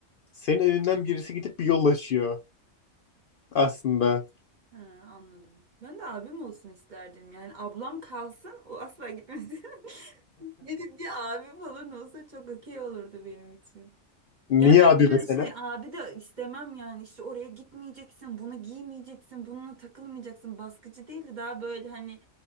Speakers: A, on the left; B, on the right.
A: senin önünden birisi gidip bir yol açıyor aslında.
B: Ha, anladım. Ben de abim olsun isterdim. Yani ablam kalsın, o asla gitmesin. <laughs> Bir, bir abi falan olsa çok okey olurdu benim için.
A: Niye
B: Yani
A: abi
B: ama böyle
A: mesela?
B: şey abi de istemem yani işte oraya gitmeyeceksin, bunu giymeyeceksin, bununla takılmayacaksın. Baskıcı değil de daha böyle hani